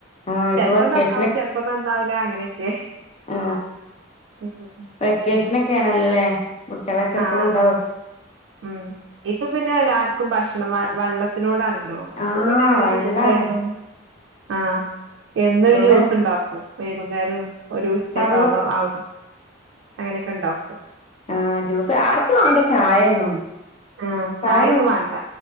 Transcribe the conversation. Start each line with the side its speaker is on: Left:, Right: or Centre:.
Left: ആഹ്
Right: ചെൽപ്പോ
Left: ഇപ്പൊ വെക്കേഷന്
Right: നന്നാവും ചെൽപ്പോ ഇപ്പൊ നന്നാവൂല അങ്ങനെയൊക്കെ
Left: ആ
Right: ഉം
Left: വെക്കേഷനൊക്കെ ആണല്ലോല്ലേ കുട്ട്യളൊക്കെ എപ്പള്ളും
Right: ആഹ്
Left: ഇണ്ടാവ
Right: ഉം ഇപ്പൊ പിന്നെ എല്ലാവർക്കും ഭക്ഷണം വള്ള ത്തിനോടാണല്ലോ
Left: ആഹ്
Right: പിന്നെ അങ്ങനെ
Left: വെള്ളാണ്
Right: ജ്യൂസായിട്ടും ആഹ്. എന്നും
Left: ഇവിടെ
Right: ഒരു ജ്യൂസ് ഇണ്ടാക്കും വൈകുന്നേരും ഒരു ഉച്ചക്കെ
Left: സർവ
Right: ആവു ആവ അങ്ങനെയൊക്കെ ഇണ്ടാക്കും.
Left: ആഹ് ജ്യൂസ് ആർക്കും വാണ്ട ചായൊന്നും
Right: ആഹ്
Left: ചായ
Right: ചായൊന്നും വേണ്ട